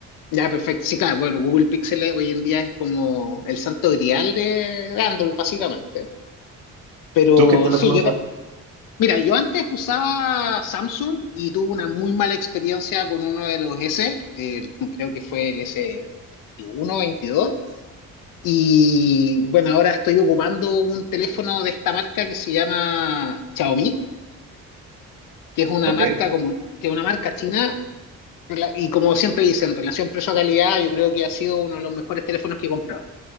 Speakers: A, on the left (about 55°); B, on the right (about 65°).
A: Ya, perfecto. Sí, claro, bueno, Google Pixel eh, hoy en día es como el santo grial de, de Android, básicamente. Pero
B: ¿Tú qué teléfono
A: sí, yo,
B: usas?
A: ta- mira, yo antes usaba Samsung y tuve una muy mala experiencia con uno de los S, eh, creo que fue el S21, 22. Y bueno, ahora estoy ocupando un teléfono de esta marca que se llama Xiaomi, que es una
B: ¿Ok?
A: marca como, que es una marca china. rela- Y como siempre dicen, relación precio-calidad, yo creo que ha sido uno de los mejores teléfonos que he comprado.